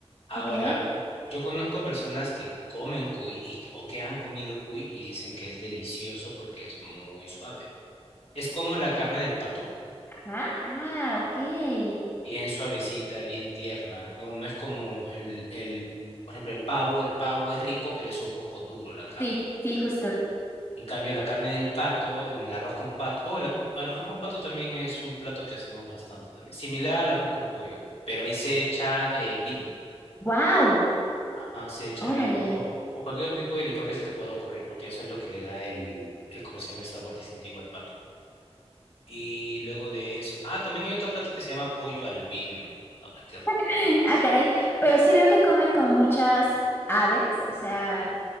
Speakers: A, on the left; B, on the left.
A: Ahora,
B: Ok.
A: yo conozco personas que comen cuy y- o que han comido cuy y dicen que es delicioso porque es muy suave. Es como la carne del pato,
B: ¿Ah? Ah, ok.
A: bien suavecita, bien tierna. No, no es como el, el, por ejemplo, el pavo. El pavo es rico, pero es un poco duro la carne.
B: Sí, sí, justo.
A: En cambio, la carne del pato, en el arroz con pato, oh, la- el arroz con pato también es un plato que hacemos bastante también. Similar al arroz con pollo, pero ahí se echa eh, vino.
B: ¡Wow!
A: Ah, se echa
B: Órale.
A: vino o, o- o cualquier otro tipo de licor que se te pueda ocurrir, porque eso es lo que le da el, el ¿cómo se llama? el sabor distintivo al pato. Y luego de eso, ah, también hay otro plato que se llama pollo al vino, ahora que recuerdo.
B: <laughs> Ah, caray. Pero sí veo que comen como muchas aves, o sea,